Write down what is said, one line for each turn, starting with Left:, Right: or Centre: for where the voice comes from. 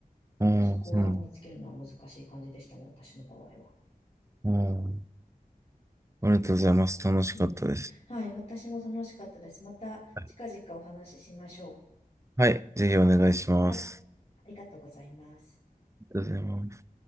Right: ああ、
Left: そこは見つけるのは難しい感じでしたね、
Right: そうなん
Left: 私の場合は。
Right: あーありがとうございます。楽しかったです。
Left: うん。はい。私も楽しかったです。また近々お話ししましょ
Right: はい。はいぜひお願いします。
Left: う。はい。ありがとうございます。
Right: ありがとうございます。